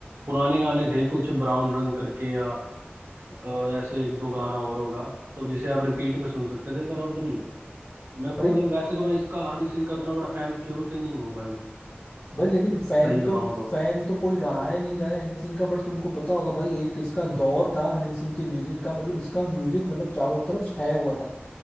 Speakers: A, on the right; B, on the left.
A: पुराने गाने थे कुछ ब्राउन रंग करके या अ, ऐसे एक दो गाना और होगा तो जिसे आप रिपीट पे सुन सकते थे पर अब नहीं मेरे को
B: भाई
A: मतलब वैसे तो मैं इसका हनी सिंह का उतना बड़ा फैन शुरू से नहीं हूँ भाई
B: भाई लेकिन फैन
A: सही बताऊं
B: तो
A: तो
B: फैन तो कोई रहा है नहीं रहा है हनी सिंह का बट तुमको पता होगा भाई एक इसका दौर था हनी सिंह के म्यूजिक का मतलब इसका म्यूजिक मतलब चारों तरफ छाया हुआ था